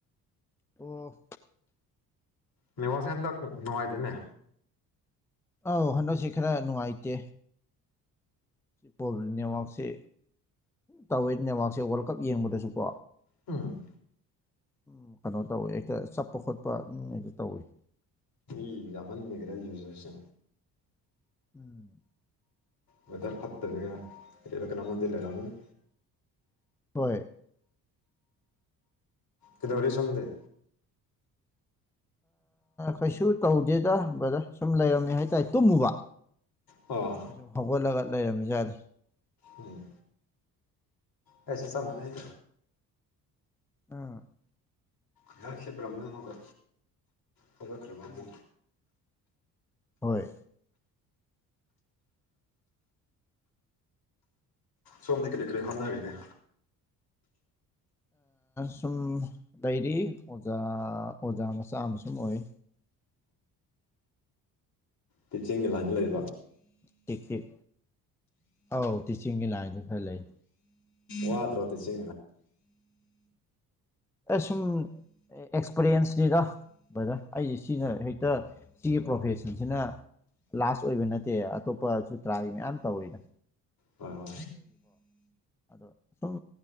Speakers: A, in the centre; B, on the left.
A: ꯑꯣ
B: ꯅ ꯋꯥꯁꯦ ꯍꯟꯗꯛ ꯅꯨꯡꯉꯥꯏꯗꯦꯅꯦ
A: ꯑꯧ ꯍꯟꯗꯛꯁꯤ ꯈꯔ ꯅꯨꯡꯉꯥꯏꯇꯦ ꯄꯣꯕ ꯅꯦꯠꯋꯥꯛꯁꯦꯝ ꯇꯧꯋꯦ ꯅꯦꯠꯋꯥꯛꯁꯦ ꯋꯥꯔꯜ ꯀꯞ ꯌꯦꯡꯕꯗꯁꯨꯀꯣ
B: ꯎꯝ
A: ꯝ ꯀꯩꯅꯣ ꯇꯧꯋꯤ ꯍꯦꯛꯇ ꯆꯠꯄ ꯈꯣꯠꯄ ꯑꯗꯨꯝ ꯑꯩꯗꯤ ꯇꯧꯏꯤ
B: ꯕꯤ ꯌꯥꯝꯃꯟ ꯃꯒꯦꯔꯥ ꯌꯨꯖꯔꯁꯦ
A: ꯎꯝ
B: ꯋꯦꯗꯔ ꯐꯠꯇꯕ ꯀ ꯀꯅꯥ ꯃꯟꯗꯤ ꯂꯩꯔ ꯑꯃꯅꯤꯅꯤ
A: ꯍꯣꯏ
B: ꯀꯩꯗꯧꯔꯤ ꯁꯣꯝꯗꯦ
A: ꯀꯩꯁꯨ ꯇꯧꯗꯦꯗ ꯕꯗ ꯁꯨꯝ ꯂꯩꯔꯝꯃꯦ ꯍꯥꯏꯇꯥꯔꯦ ꯇꯨꯝꯃꯨꯕ
B: ꯑꯣ
A: ꯑꯁꯨꯝ ꯍꯧꯒꯠꯂꯒ ꯂꯩꯔꯔꯕꯃꯤ ꯌꯥꯗꯦ
B: ꯎꯝ ꯑꯩꯩꯁ ꯆ ꯃꯅꯦ
A: ꯑꯥ
B: ꯉ ꯁꯤꯕ꯭ꯔꯝꯃꯦ ꯑꯃꯒ ꯍꯕ ꯈ꯭ꯔꯕ ꯑꯃ
A: ꯎꯝ ꯍꯣꯏ
B: ꯁꯣꯝꯗꯤ ꯀꯔꯤ ꯀꯔꯤ ꯍꯣꯠꯅꯔꯤꯒꯦ
A: ꯁꯨꯝ ꯗꯥꯏꯔꯤ ꯑꯣꯖꯥ ꯑꯣꯖꯥ ꯃꯆꯥ ꯑꯃ ꯁꯨꯝ ꯑꯣꯏ
B: ꯄꯤꯆꯤꯡꯒ ꯂꯥꯟ ꯂꯩꯦ
A: ꯇꯤ ꯇꯤꯛ ꯑꯧ ꯇꯤꯆꯤꯡꯒꯤ ꯂꯥꯏꯟꯗꯤ ꯈꯔ ꯂꯩ
B: ꯋꯥꯗ꯭ꯔꯣ ꯇ ꯆ
A: ꯁꯨꯝ ꯑꯦꯛꯁꯄꯔꯤꯌꯦꯟꯁꯅꯤꯗ ꯕꯗ ꯑꯩꯁꯦ ꯁꯤꯅ ꯍꯦꯛꯇ ꯁꯤꯒꯤ ꯄ꯭ꯔꯣꯐꯦꯁꯟꯁꯤꯅ ꯂꯥꯁ ꯑꯣꯏꯕ ꯅꯠꯇꯦ ꯑꯇꯣꯞꯄ ꯁꯨꯇ꯭ꯔꯥꯒꯤ ꯃꯌꯥꯝ ꯇꯧꯋꯤꯅ
B: ꯍ
A: ꯑꯗꯣ ꯁꯨꯝ